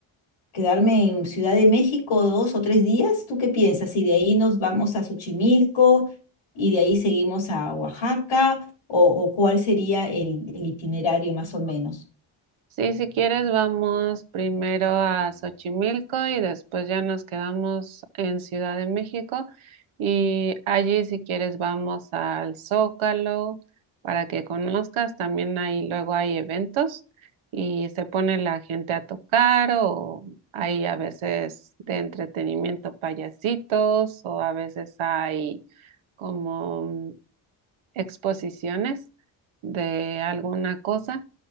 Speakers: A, on the left; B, on the right.
A: quedarme en Ciudad de México dos o tres días. ¿Tú qué piensas? Si de ahí nos vamos a Xochimilco y de ahí seguimos a Oaxaca, o, o cuál sería el, el itinerario más o menos.
B: Sí, si quieres, vamos primero a Xochimilco y después ya nos quedamos en Ciudad de México. Y allí, si quieres, vamos al Zócalo para que conozcas. También ahí luego hay eventos y se pone la gente a tocar o hay a veces de entretenimiento payasitos o a veces hay como exposiciones de alguna cosa.